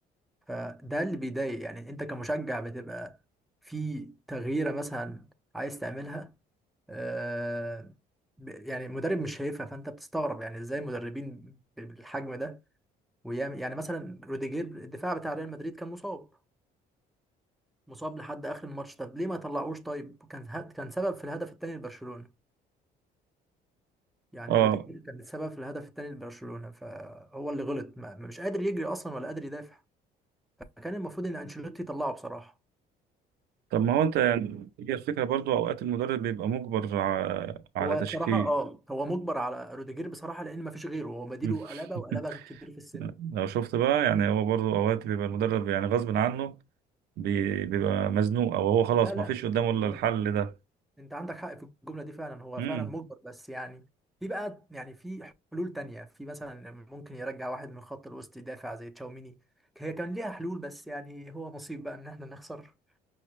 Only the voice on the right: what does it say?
اه
طب ما هو انت يعني هي الفكرة برضو اوقات المدرب بيبقى مجبر ع- على
تشكيل
<laughs>
لو شفت بقى يعني هو برضو اوقات بيبقى المدرب يعني غصب عنه بي- بيبقى مزنوق او هو خلاص
ما فيش قدامه الا
الحل ده
امم